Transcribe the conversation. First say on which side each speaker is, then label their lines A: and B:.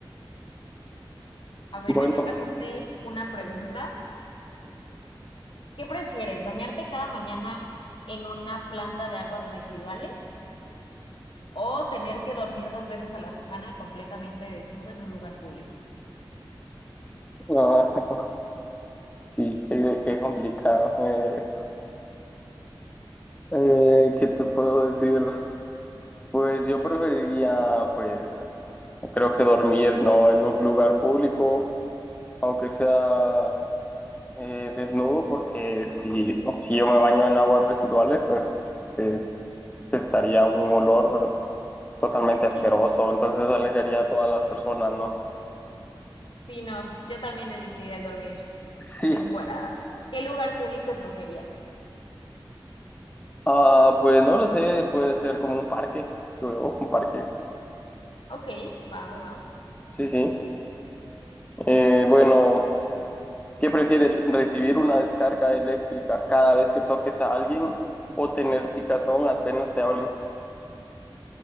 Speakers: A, on the left; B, on the left.
A: A ver,
B: Bueno,
A: me toca hacerte una pregunta. ¿Qué prefieres, bañarte cada mañana en una planta de aguas residuales o tener que dormir dos veces a la semana completamente desnudo en un lugar público?
B: ah, <laughs> sí, qué, qué complicado. Eh, eh, ¿qué te puedo decir? Pues yo preferiría, pues, creo que dormir, ¿no? En un lugar público, aunque sea Eh, desnudo porque si, si yo me baño en aguas residuales, pues eh, estaría un olor totalmente
A: <laughs>
B: asqueroso, entonces alejaría a todas las personas, ¿no?
A: Sí, no, yo también elegiría el dormir
B: Sí,
A: encuerada. ¿Qué lugar público escogerías?
B: ah, pues no lo sé, puede ser como un parque, luego un parque.
A: Ok, va, va, va.
B: Sí, sí. Eh, bueno, ¿qué prefieres? ¿Recibir una descarga eléctrica cada vez que toques a alguien o tener picazón apenas te hablen?